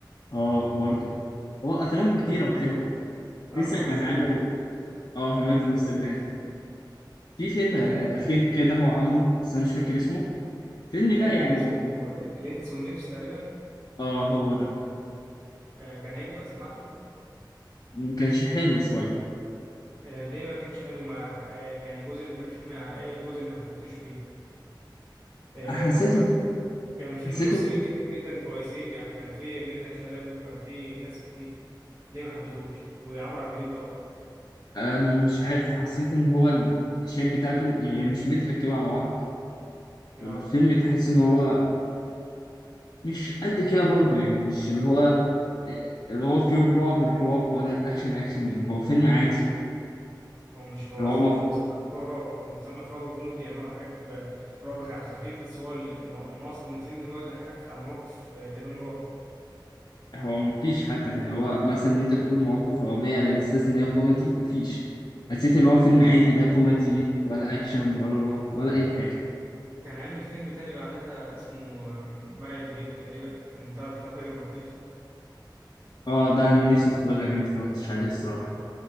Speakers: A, on the left (about 55°); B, on the right (about 35°).
A: اه برضه هو افلامه كتيره
B: و...
A: وحلوه
B: اه
A: لسه
B: وهمام
A: كان عامل
B: مثلا
A: اه همام
B: همام
A: في امستردام
B: في امستردام
A: في فيلم آه،
B: آه
A: اخير كده هو عامله بس انا مش فاكر اسمه الفيلم
B: آه
A: ده يعني
B: كان اسمه ال- الانس والنمس تقريبا
A: اه هو ده
B: آه كان هيعجبك سمعته
A: ما كانش حلو شويه
B: آه ليه ما كانش حلو مع آه يعني الجزء اللي كان فيه مع ايه الجزء اللي ما حبيتهوش فيه آه
A: حسيته
B: وكان كان فيه
A: حسيته
B: ممثلين كتير جدا كويسين يعني كان فيه منة شلبي وكان فيه ناس كتير ليه ما حبيتهوش وعمرو عبد الجليل طبعا
A: آه، مش عارف حسيت ان هو المشاهد بتاعته يعني مش متركبه على بعض
B: اه
A: الفيلم تحس ان هو مش قد كده برضه يعني مش اللي هو آه، اللي هو فيه الرعب الرعب ولا الاكشن اكشن يعني هو فيلم عادي
B: هو مش هو
A: اللي
B: اصلا
A: هو ما
B: مش متصنف ان هو رعب هو متصنف رعب كوميدي يعني هو حاجات تبقى رعب خ- خفيف بس هو ال- الم- المقصد من الفيلم ان هو يضحكك على مواقف آه، تبان رعب
A: هو مفيش حتى ان هو مثلا ان انت تقول مواقف رعبية على اساس ان هي كوميدي مفيش حسيت ان هو فيلم عادي لا كوميدي ولا اكشن ولا رعب ولا اي حاجة
B: كان عامل فيلم تاني بعدها اسمه آم، مرعي البريمو تقريبا كان تعرف فيها تاجر بطيخ
A: اه ده انا نفسي اتفرج عليه ما اتفرجتش عليه الصراحة